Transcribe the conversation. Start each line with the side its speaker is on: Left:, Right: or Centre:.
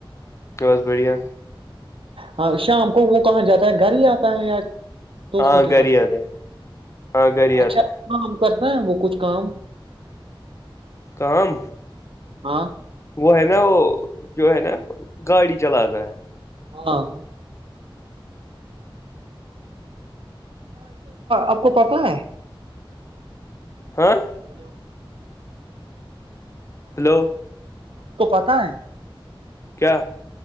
Left: بس بڑھیا
Right: ہاں شام کو وہ کہاں جاتا ہے گھر ہی آتا ہے یا دوستوں
Left: ہاں
Right: کے
Left: گھر
Right: ساتھ
Left: ہی آتا ہے ہاں
Right: اچھا
Left: گھر ہی آتا ہے
Right: کام کرتا وہ کچھ کام
Left: کام
Right: ہاں
Left: وہ ہے نا وہ جو ہے نا گاڑی چلاتا ہے
Right: ہاں آپ کو پتا ہے
Left: ہاں
Right: ہلو
Left: ہلو
Right: تو پتا ہے
Left: کیا